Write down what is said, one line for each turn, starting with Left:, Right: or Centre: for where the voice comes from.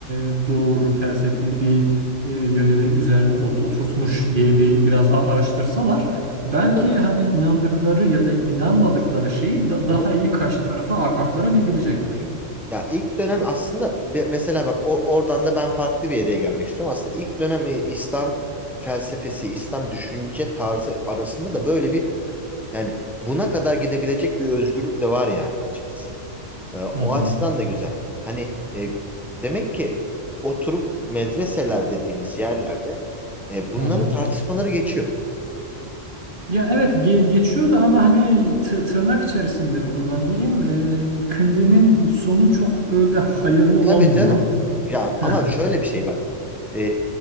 Right: e, doğru, felsefi bir e, yönelim üzerine ot- oturtmuş diye bir biraz a- araştırsalar belki
Centre: Tabii.
Right: hani inandıkları ya da inanmadıkları şeyi da-
Centre: Hı
Right: daha
Centre: hı.
Right: iyi karşı tarafa a- aktarabilecekler.
Centre: Ya ilk dönem aslında be- mesela bak o oradan da ben farklı bir yere gelmek istiyorum. Aslında ilk dönem e, İslam felsefesi, İslam düşünce tarzı arasında da böyle bir yani buna kadar gidebilecek bir özgürlük de var yani açıkçası. E, o
Right: Hı hı.
Centre: açıdan da güzel. Hani e, demek ki oturup medreseler dediğimiz yerlerde e, bunların
Right: Hı hı.
Centre: tartışmaları geçiyor.
Right: Ya evet ge- geçiyor ama hani tı- tırnak içerisinde kullanayım. Ee, Kındi'nin sonu çok böyle hayırlı
Centre: Tabii
Right: olmuyor.
Centre: canım. Ya
Right: Heh,
Centre: ama şöyle bir şey bak. Ee,